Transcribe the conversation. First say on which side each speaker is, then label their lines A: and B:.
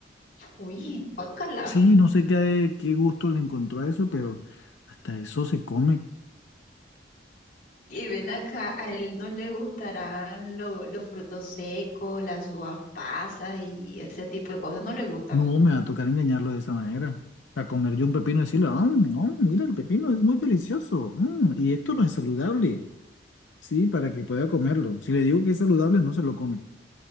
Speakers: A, on the left; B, on the left.
A: Uy, guácala.
B: Sí, no sé qué, eh, qué gusto le encontró a eso, pero hasta eso se come.
A: Y ven acá, a él no le gustarán lo- los frutos secos, las uvas pasas y ese tipo de cosas, no le gustan.
B: No, me va a tocar engañarlo de esa manera. A comer yo un pepino y decirle, ah, no, mira, el pepino es muy delicioso. mm, y esto no es saludable. Sí, para que pueda comerlo. Si le digo que es saludable, no se lo come.